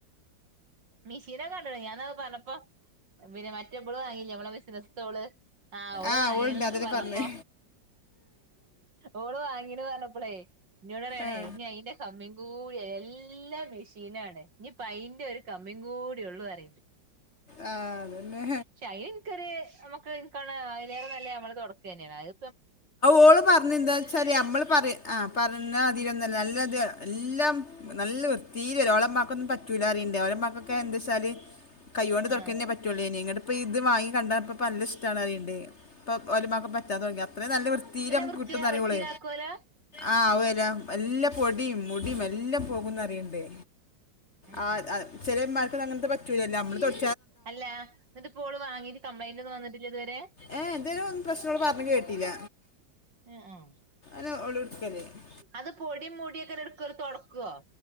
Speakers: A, on the right (about 70°); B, on the left (about 40°).
A: മിഷീനൊക്ക കണ്ട് ക്ണ് ഞാനത് പറഞ്ഞപ്പോ പിന്നെ മറ്റെ ഇബള് വാങ്ങി ഇല്ലേ നമ്മളെ ബിസിനസ് തോള് ആഹ് ഓള്
B: ആ
A: വാങ്ങീണ്ന്നൊക്കെ
B: ഓളുണ്ട് അതിനെ
A: പറഞ്ഞപ്പോ
B: പറഞ്ഞേ
A: ഓള് വാങ്ങീ പറഞ്ഞ ഇപ്പളേ ഇന്നോട്റിയാണേ
B: ഏ
A: ഇനി അയിന്റെ കമ്മീം കൂടിയാ എല്ലാം മെഷീനാണ് ഇ അയിന്റെ ഒരു കമ്മി കൂടി ഉള്ളു പറയ്ന്ന്
B: ആ, അതന്നെ
A: ശയിൻക്കര് നമുക്ക് ഇന്‌ ക്ക് അതിനേരം നല്ല നമ്മള് തുടക്കുക തന്നെയാണ് അത്
B: ഓള് പറഞ്ഞു എന്താന്ന് വെച്ചാല് നമ്മള് പറയ ആ പറഞ്ഞ അതിലൊന്നല്ല നല്ല അതെ എല്ലാം നല്ല വൃത്തിയില് വരും ഓളമാക്കൊന്നും പറ്റൂലാറിയണ്ടേ ഓളമാക്കൊക്കെ എന്താ വച്ചാല് കൈകൊണ്ട് തൊടക്കന്നെപറ്റൂള്ള്
A: ആഹ്
B: നി ങ്ങട് അപ്പൊ ഇത് വാങ്ങി കണ്ടപ്പ പ്പല്ല് ഇഷ്ടമാണ് അറിയണ്ട് ഇപ്പൊ ഓലിമാക്ക് പറ്റാൻ തൊടങ്ങി അത്രയും നല്ല വൃത്തില് നമുക്ക്
A: വൃത്തിയ
B: കിട്ടും എന്നറിയോള്
A: വൃത്തിയിലാക്കുവല്ലോ
B: ആ വരും എല്ലാം പൊടിയും മുടിയും എല്ലാം പോകുംന്നറിയണ്ടേ
A: ഉം
B: ആഹ്
A: ഉം
B: ചിലന്മാർക്ക് അങ്ങനത്തെ പറ്റൂലല്ലേ നമ്മള് തൊട
A: അല്ല എന്നിട്ട്ഇപ്പോള് വാങ്ങീട്ട് കംപ്ലൈന്റ് ഒന്നും വന്നിട്ടില്ലേ ഇതുവരെ
B: ഏ ഇതുവരെ പ്രശ്നങ്ങൾ ഓള് പറഞ്ഞ് കേട്ടിട്ടില്ല
A: ങ് ആഹ്
B: <unintelligible>
A: അത് പൊടിയും മുടീം ഒക്കെ എടുക്കുവോ തൊടക്കുവോ